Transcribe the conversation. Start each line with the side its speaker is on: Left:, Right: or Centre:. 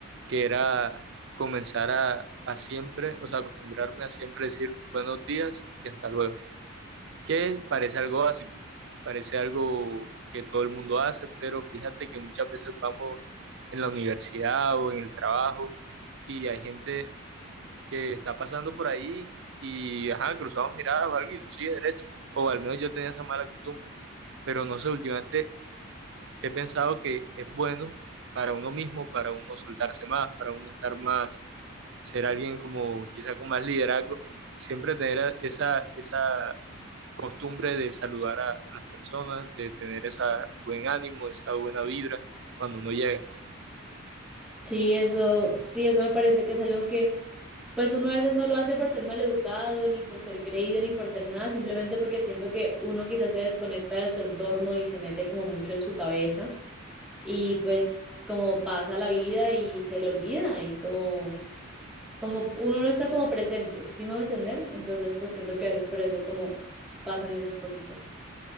Right: que era comenzar a, a siempre, o sea, acostumbrarme a siempre decir buenos días y hasta luego. que parece algo básico, parece algo que todo el mundo hace, pero fíjate que muchas veces vamos en la universidad o en el trabajo y hay gente que está pasando por ahí y, ajá, cruzamos miradas o algo y no sigue derecho, o al menos yo tenía esa mala costumbre, pero no sé, últimamente he pensado que es bueno para uno mismo, para uno soltarse más, para uno estar más, ser alguien como quizá con más liderazgo, siempre tener esa, esa costumbre de saludar a, a las personas, de tener esa buen ánimo, esa buena vibra cuando uno llega.
Centre: Sí, eso, sí, eso me parece que es algo que pues uno a veces no lo hace por ser maleducado, ni por ser creído, ni por ser nada, simplemente porque siento que uno quizás se desconecta de su entorno y se mete como mucho en su cabeza y pues como pasa la vida y se le olvida y como, como uno no está como presente, ¿sí me voy a entender? Entonces pues siento que a veces por eso como pasan esas cositas.